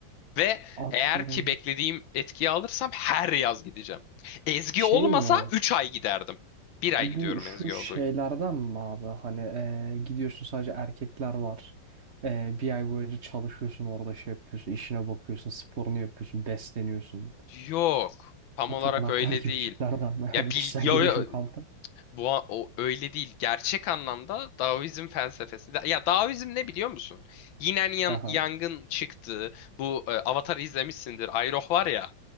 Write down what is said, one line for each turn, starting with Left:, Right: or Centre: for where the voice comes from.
Left: Ve
Right: anlıyorum
Left: eğer ki beklediğim etkiyi alırsam her yaz gideceğim. Ezgi
Right: şey
Left: olmasa
Right: mi
Left: 3 ay giderdim. Bir ay
Right: Bu
Left: gidiyorum
Right: şu
Left: Ezgi
Right: şeylerden
Left: olduğu.
Right: mi abi? Hani eee, gidiyorsun sadece erkekler var. Eee, bir ay boyunca çalışıyorsun orada şey yapıyorsun. işine bakıyorsun. Sporunu yapıyorsun. Besleniyorsun.
Left: Yok. Tam
Right: Bu
Left: olarak
Right: tapınaklar
Left: öyle
Right: <laughs> gibi
Left: değil.
Right: şeylerden mi? <laughs>
Left: Ya
Right: Hani
Left: bil,
Right: kişisel
Left: yo,
Right: gelişim
Left: yo,
Right: kampı.
Left: bu o öyle değil. Gerçek anlamda Daoizm felsefesi. Da- ya Daoizm ne biliyor musun? Yine Yang,
Right: Aha.
Left: Yang'ın çıktığı bu e, Avatar'ı izlemişsindir. Aeroh var ya.